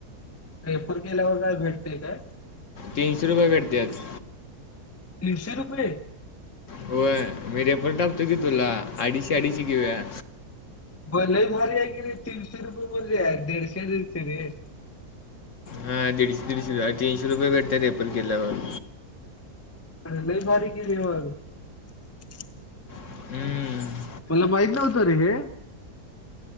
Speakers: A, on the left; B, on the left.
A: रायपूर केल्यावर काय भेटतेय काय?
B: तीनशे रुपये भेटतात.
A: दीडशे रुपये?
B: होय मी रेफरन्स टाकतो की तुला अडीचशे अडीचशे घेऊया.
A: बन भारी आहे की नाही तीनशे रुपये ब दडशे दिते रे <inaudible>
B: हा दीडशे दीडशे रुपये तीनशे रुपये भेटत रेपर केल्या बाून
A: आणि लय भारी कलीवाज <inaudible>
B: हम्म.
A: मला बाईक लावत रे हे